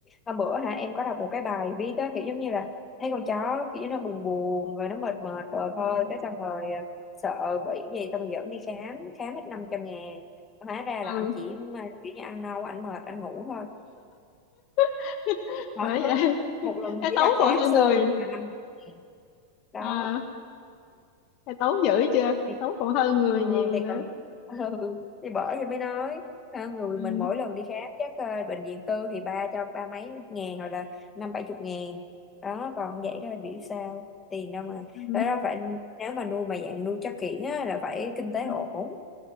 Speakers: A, on the left; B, on the left.
A: hôm bữa hả em có đọc một cái bài viết á, kiểu giống như là thấy con chó kiểu như nó buồn buồn rồi nó mệt mệt rồi thôi cái xong rồi à, sợ bị gì xong rồi dẫn đi khám khám hết năm trăm ngàn hóa ra là
B: ừ
A: anh chỉ mà kiểu như ăn nâu anh mệt anh ngủ thôi
B: <laughs>
A: đó
B: bởi vậy
A: một lần
B: cái
A: chỉ
B: tấu
A: là
B: còn
A: khám
B: hơn
A: sơ
B: người
A: thôi mà năm trăm ngàn đó
B: à cái tấu dữ chưa
A: thì,
B: tấu còn hơn người
A: ờ,
B: nhiều
A: thì
B: nữa
A: còn <laughs> ừ, thì bởi thì mới nói ha, người
B: ừ
A: mình mỗi lần đi khám chắc ờ, bệnh viện tư thì ba cho ba mấy ngàn hoặc là năm bảy chục ngàn đó còn vậy đó là biểu sao tiền đâu mà
B: ừ
A: đó là phải nếu mà nuôi mà dạng nuôi chắc kiển á là phải kinh tế
B: ừ
A: ổn